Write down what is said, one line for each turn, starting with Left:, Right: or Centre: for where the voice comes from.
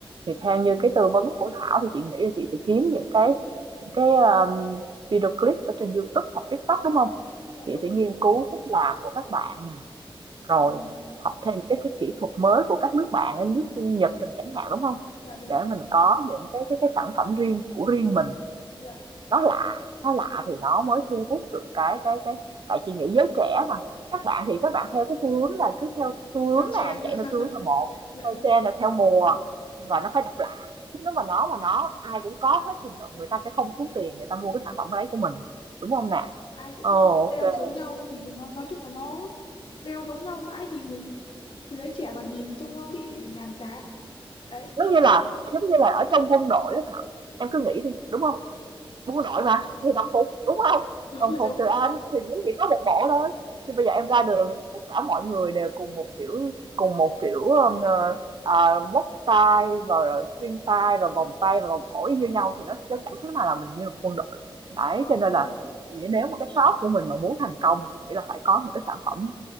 Right: Thì
Left: ừ,
Right: theo
Left: ừ.
Right: như cái tư vấn của Thảo thì chị nghĩ là chị sẽ kiếm những cái những cái, ờm, video clip ở trên YouTube hoặc TikTok, đúng không
Left: dạ
Right: Chị
Left: đúng rồi
Right: sẽ nghiên cứu cách làm của các bạn nè, rồi
Left: ừ,
Right: học thêm cái cái kỹ thuật mới của các nước bạn nước Nhật rồi chẳng hạn, đúng không
Left: dạ đúng
Right: Để
Left: rồi
Right: mình có những cái cái cái sản phẩm riêng của riêng mình
Left: dạ
Right: nó lạ nó lạ thì nó mới thu hút được cái cái cái tại chị nghĩ giới trẻ mà các bạn thì các bạn theo cái xu hướng là cứ theo xu hướng
Left: theo trend
Right: là chạy
Left: <laughs>
Right: theo xu hướng là một
Left: dạ
Right: theo
Left: đúng
Right: trend là theo mùa và nó phải độc lạ chứ nếu mà nó mà nó ai cũng có hết thì người ta sẽ không xuống tiền người ta mua cái sản phẩm đấy của mình đúng không nè
Left: ai cũng
Right: Ồ
Left: đeo
Right: ok
Left: giống nhau thì nó nói chung là nó đeo giống nhau mãi thì người thế giới trẻ mà nhìn trông nó bị nhàm chán đấy như
Right: giống như
Left: em
Right: là giống như là ở trong quân đội đó Thảo em cứ nghĩ đi đúng không Đúng rồi mà, thì đồng phục, đúng không
Left: <laughs> đúng
Right: Đồng
Left: rồi
Right: phục
Left: đúng
Right: từ anh thì nó chỉ có một bộ thôi, nhưng bây giờ em ra đường thì tất cả mọi người đều cùng một kiểu cùng một kiểu, ờm, ờ, ờ, móc tay rồi rồi khuyên tai, rồi vòng tay và vòng cổ y như nhau thì nó chớ chẳng khác nào là mình như là quân đội. Đấy,
Left: đó,
Right: cho nên
Left: đúng
Right: là
Left: rồi.
Right: chị nghĩ nếu mà cái shop của mình mà muốn thành công thì chị nghĩ là phải có một cái sản phẩm